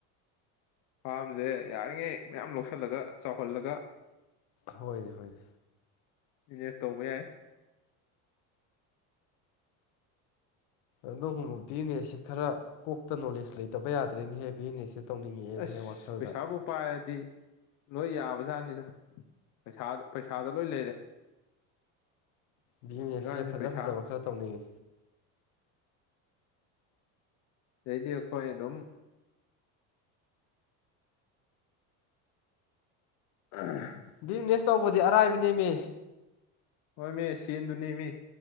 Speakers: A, on the left; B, on the left.
A: ꯐꯥꯔꯝꯁꯦ ꯌꯥꯔꯤꯉꯩ ꯃꯌꯥꯝ ꯂꯧꯁꯤꯜꯂꯒ ꯆꯥꯎꯍꯜꯂꯒ
B: ꯍꯣꯏꯅꯦ ꯍꯣꯏꯅꯦ
A: ꯕꯤꯖꯤꯅꯦꯁ ꯇꯧꯕ ꯌꯥꯏ
B: ꯑꯗꯨꯒꯨꯝꯕ ꯕꯤꯖꯤꯅꯦꯁꯁꯦ ꯈꯔ ꯀꯣꯛꯇ ꯅꯣꯂꯦꯖ ꯂꯩꯇꯕ ꯌꯥꯗ꯭ꯔꯦꯅꯦꯍꯦ ꯕꯤꯖꯤꯅꯦꯁꯁꯦ ꯇꯧꯅꯤꯡꯉꯛꯑꯦꯅꯦꯍꯦ
A: ꯑꯁ
B: ꯋꯥꯈꯜꯗ
A: ꯄꯩꯁꯥꯕꯨ ꯄꯥꯏꯔꯗꯤ ꯂꯣꯏ ꯌꯥꯕꯖꯥꯠꯅꯤꯗ ꯄꯩꯁꯥ ꯄꯩꯁꯥꯗ ꯂꯣꯏ ꯂꯩꯔꯦ
B: ꯕꯤꯌꯅꯦꯁꯁꯦ
A: ꯍꯧꯖꯤꯛꯀꯥꯟꯁꯤ
B: ꯐꯖ
A: ꯄꯩꯁꯥ
B: ꯐꯖꯕ ꯈꯔ ꯇꯧꯅꯤꯡꯉꯤ
A: ꯁꯤꯗꯩꯗꯤ ꯑꯩꯈꯣꯏ ꯑꯗꯨꯝ ꯑ
B: ꯕꯤꯖꯤꯅꯦꯁ ꯇꯧꯕꯗꯤ ꯑꯔꯥꯏꯕ ꯅꯦꯝꯃꯤ
A: ꯍꯣꯏ ꯃꯤ ꯁꯦꯟꯗꯨꯅꯤ ꯃꯤ